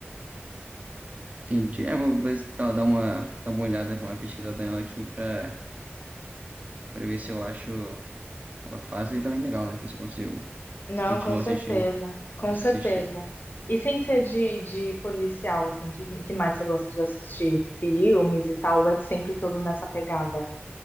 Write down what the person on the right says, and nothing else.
Entendi. É, vou, vou dar dar uma, dar uma olhada, uma pesquisada nela aqui pra, pra ver se eu acho ela fácil e também legal, né? Pra ver se eu consigo
continuar
assistindo.
Começo
a assistir.